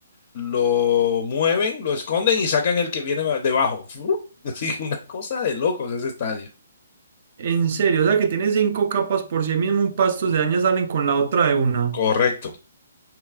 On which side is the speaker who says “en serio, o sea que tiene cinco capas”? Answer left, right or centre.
Right